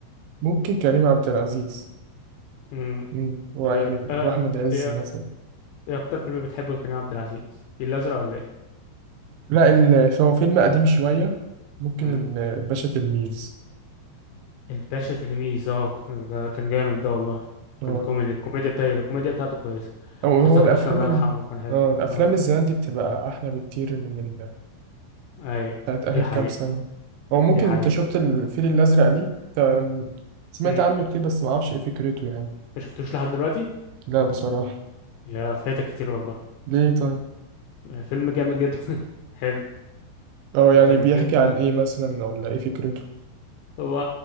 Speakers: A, on the right; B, on the left.
A: ممكن كريم عبد العزيز
B: امم
A: مم. هو
B: طب
A: يعني
B: آه،
A: واحمد عز
B: ايه
A: مثلا
B: ايه اكتر فيلم بتحبه لكريم عبد العزيز الفيل الازرق ولا ايه
A: لا ال- فهو فيلم قديم شويه ممكن
B: مم.
A: ال- الباشا تلميذ
B: الباشا تلميذ اه كان- ده كان جامد ده والله
A: آه.
B: كان كوميدي الكوميديا بتاعته الكوميديا بتاعته كويسه
A: او
B: حسن
A: هو الافلام
B: حسني الله
A: ال...
B: يرحمه كان حلو
A: اه الافلام
B: اه
A: الزمان دي بتبقى احلى بكتير من ال...
B: اي
A: بتاعت اخر
B: دي حقيقة
A: كام سنه او ممكن
B: دي حقيقة
A: انت شفت الفيل الازرق دي تا- سمعت
B: امم
A: عنه كتير بس ما اعرفش ايه فكرته يعني
B: ما شفتوش لحد دلوقتي
A: لا بصراحه
B: يا فايتك كتير والله
A: ليه طيب
B: فيلم جامد جدا <laughs> حلو
A: اه يعني
B: كان
A: بيحكي عن ايه مثلا ولا ايه فكرته
B: هو